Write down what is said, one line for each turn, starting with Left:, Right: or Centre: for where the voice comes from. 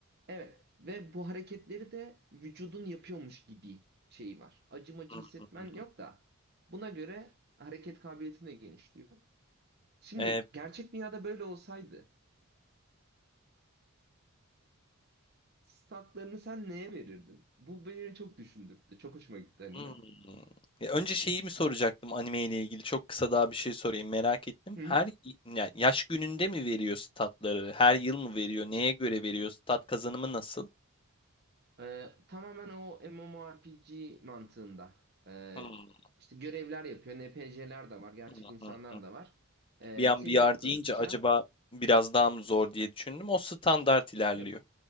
Right: evet ve bu hareketleri de vücudun yapıyormuş gibi şeyi var. Acımacı
Left: Hı
Right: hissetmen
Left: hı hı.
Right: yok da buna göre hareket kabiliyetin de genişliyor. Şimdi
Left: Evet.
Right: gerçek dünyada böyle olsaydı statlarını sen neye verirdin? Bu beni çok düşündürttü. Çok hoşuma gitti anime.
Left: Hmm. Ya önce şeyi mi soracaktım anime ile ilgili? Çok kısa daha bir şey sorayım merak ettim.
Right: Hı hı.
Left: Her yani yaş gününde mi veriyor statları? Her yıl mı veriyor? Neye göre veriyor? Stat kazanımı nasıl?
Right: Ee, tamamen o MMORPG mantığında. Ee,
Left: Hmm,
Right: işte görevler yapıyor. NPC'ler de var. Gerçek
Left: hmm,
Right: insanlar
Left: hmm, hmm.
Right: da var. Ee,
Left: Bir an
Right: seviye
Left: VR
Right: atladıkça
Left: deyince acaba biraz daha mı zor diye düşündüm. O standart ilerliyor.
Right: yok.